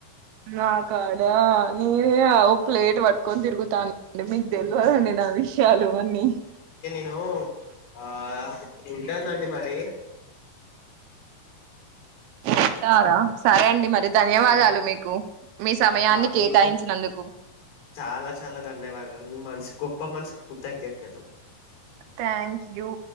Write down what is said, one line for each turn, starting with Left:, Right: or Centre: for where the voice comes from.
Right: నాకాడా నేనే అ ఓ ప్లేట్ పట్టుకొని తిరుగుతాను అంటే మీకు తెల్వదండీ
Left: ఉమ్.
Right: నా విషయాలు ఇవన్నీ
Left: ను ఆ ఉంటానండి మరి
Right: ఉంటారా సరే అండి మరి ధన్యవాదాలు
Left: ఉన్న
Right: మీకు మీ సమయాన్ని
Left: ఆ, మీకు
Right: కేటాయించినందుకు,
Left: కూడా చాలా చాలా ధన్యవాదాలు మీ మనసు గొప్ప మనసుకు కృతజ్ఞతలు
Right: థ్యాంక్ యూ